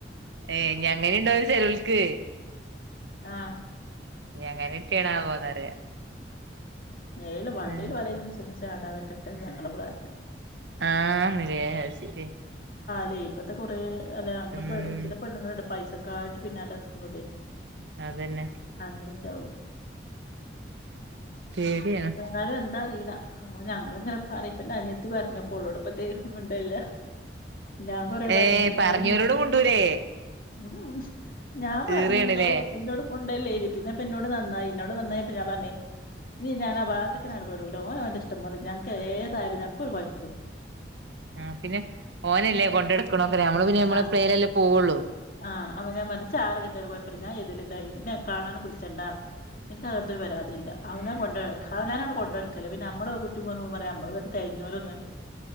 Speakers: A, on the right; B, on the left.
A: ഏ ഞ്ഞങ്ങനീണ്ടോലൊ ചെലോൽക്ക്
B: ആ
A: ഞങ്ങനെറ്റേണാവോ പറ്യ
B: ഏയ്ൽ വണ്ടീലും
A: ഉം
B: വലേലും ചെന്ന് ചാടാതെക്കട്ടെന്ന ഞങ്ങളെ പ്രാർത്ഥന.
A: ആ ന്ന് ലെ അത് ശരി
B: അല്ലെ ഇപ്പത്തെ കൊറേ അല്ലെ നമ്മള്
A: ഉം
B: ചില പെണ്ണുങ്ങൾണ്ട് പൈസക്ക ആയിട്ട് പിന്നെല്ല നാടുക്കൂണല്
A: അതന്നെ
B: അങ്ങനെണ്ടാവും.
A: പേടിയാണ്
B: ഏതാലും എന്താ അറീല. ഹാ ഞങ്ങളിങ്ങനെ പറിം. ഇപ്പന്റെ അനിയത്തി പറഞ്ഞപ്പോ, ആളോട്പ്പത്തേ മിണ്ടലില്ല. ഞാൻ കൊറേ പർഞ്ഞ്,
A: ഏ
B: ഇന്നോട്
A: പറഞ്ഞോരോട്
B: മു
A: മുണ്ടൂലേ
B: ഉം ഉം. ഞാൻ പറഞ്ഞ്
A: ഈറേണ്ലേ
B: ഇന്നോടും ഇന്നോട് മു ല്ലേനി. പിന്നെപ്പ ഇന്നോട് നന്നായി, ഇന്നോട് നന്നായപ്പൊ ഞാൻ പറഞ്ഞ് ഇഞ്ഞ് ഞാനാ വാത്തക്കെനെടപെടൂല, ഒനൊന്റെ ഇഷ്ടംപോലെ, ഞങ്ങക്ക് ഏതായാലും ഞങ്ങക്കൊരു കൊയ്പ്പു
A: ആ പിന്നെ, ഓനല്ലേ കൊണ്ടെട്ക്കണൊക്കെ നമ്മള് പിന്നെ നമ്മളെപ്പളേല്ലെ
B: ആ
A: പോവുള്ളു.
B: ആ അപ്പൊ ഞാൻ പറഞ്ഞ്, ഇച്ചാരെ കെട്ട്യാലും കൊഴപ്പല്ല, ഞാൻ ഏതിലൂല്ല. ഇന്നെ കാണാനും വിൾച്ചണ്ടാ ഇൻക്കങ്ങൻത്തെ ഒരു പരാതീല്ല. അവനാൻ കൊണ്ട അവ്നാനാണ് കൊണ്ടട്ക്കല്, പിന്നെമ്മള് കുറ്റും കുറവും പറയാൻ നമ്മള് വരെ തെയ്ഞ്ഞോലൊന്നു അല്ലല്ലോ.